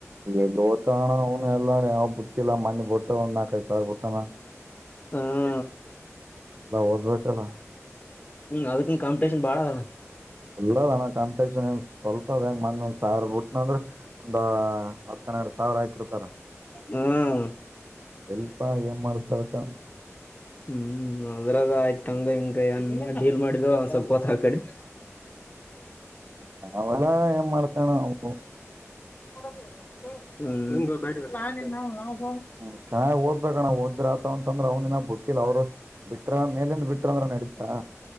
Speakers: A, on the right; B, on the left.
A: ಎಲ್ಲೋಟ ಆಾಣನ ಎಲ್ಲೇ ಕುಟ್ಟಿಿಲ್ಲಲ್ಲ ಮ್ಣಿ ಬಟ್ಟ ನಾಕದು ಸಾರ ಬಿುಟ್ಟಣ
B: ಹ್ಮ
A: ಓದ್ಬೇಕಲ್ಲ
B: ಅದಕ್ಕ ಕಾಪ ಬಾಳ ಅಣ
A: ಳ್ಳದಣ್ಣ ಕಾಂಪಿಟೇಷನ್ ಸ್ವಲ್ಪ ಅದಂಗ ಮಂದ ಒಂದ ಸಾವಿರ ಟ್ಟನಂದ್ರೆ ಒ ಹತ್ತನ್ನೆರಡು ಸಾವಿರ ಹಾಕಿರ್ತಾರ
B: ಹ್ಮ್
A: ಎಲ್ಪ ಏನ್ ಮಾಡ್ತಾರಕ್ಕ
B: ಹ್ಮ್ ಅದ್ರಾಗ ಆಯ್ತ ಹಂಗ ಹಂಗ ನ್ ಡೀಲ್ ಮಾಡಿದ ಸ್ವಲ್ಪತ ಆ ಕಡೆ
A: ಹ ನಾವೆಲ್ಲ ಏನ್ ಮಾಡ್ತಣ ಅವು
B: ನ
A: ಹ ಚೆನ್ನ್ ಓದ್ಬೇಕಣ್ಣ ಓದ್ರ ಆತವ ಅಂದ್ರೆ ಅವ್ಿನ ಬೊತ್ತ ಿಲ್ಲ ಅವ್ರು ಬಿಟ್ರ ಮೇಲಿಂದ ಬಿಟ್ರ ಅಂದ್ರ ನಡೀತಾ